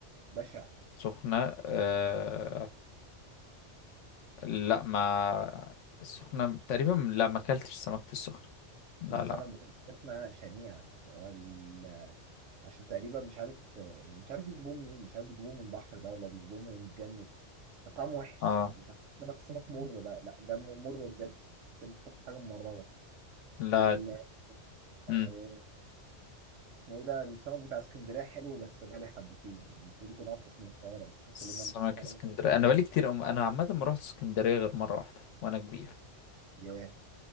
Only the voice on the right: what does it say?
بشع
بس
انا بتاعتنا شنيعه يعني هو ال- عشان تقريبا مش عارف مش عارف يجيبوه منين مش عارف يجيبوه من البحر بقى ولا بيجيبوه من الجمد طعمه وحش
يعني ساعات سمك سمك مر بقى لا ده م- مر بجد انت بتاكل حاجه ممرره
وال
آه، اسمه ايه ده السمك بتاع اسكندريه حلو بس غالي حبتين يعني المفروض يكون ارخص من القاهره بس تحس
ان هم نفس السعر
ياه